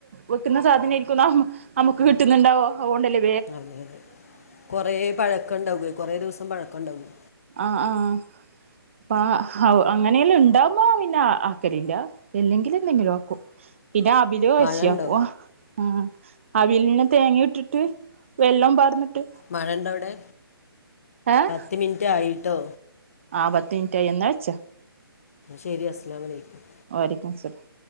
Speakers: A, on the right; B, on the left.
A: വെക്കുന്ന സാധനം ആയിരിക്കും നമ്മ നമുക്ക് കിട്ടുന്നുണ്ടാവ അതൊണ്ടല്ലേ
B: അതെ അതെ കൊറേ പഴക്കം ഉണ്ടാകുമേ കൊറെേ ദിവസം പഴക്കമുണ്ടാകും
A: ആഹ് ആഹ് അപ്പം അങ്ങനെല്ലാം ഉണ്ടാകുമ്പോ പിന്നെ ആക്കലില്ല ഇല്ലെങ്കില് എന്തെങ്കിലും ആക്കും പിന്നെ അബിലോ കച്ചയാക്കോ
B: മഴ ഉണ്ടോ
A: ആഹ് അവിലിന്ന് തേങ്ങ ഇട്ടിട്ട് വെല്ലോം പാർന്നിട്ട്
B: മഴ ഇണ്ടോ അവിടെ
A: ഏഹ്
B: പത്ത് മിനിറ്റ് ആയിട്ടോ
A: ആഹ് പത്ത് മിൻറ്റായി എന്നാ വെച്ചോ.
B: ശെരി അസ്സലാമു അലൈക്കും.
A: വ അലൈക്കു മുസ്സലാം.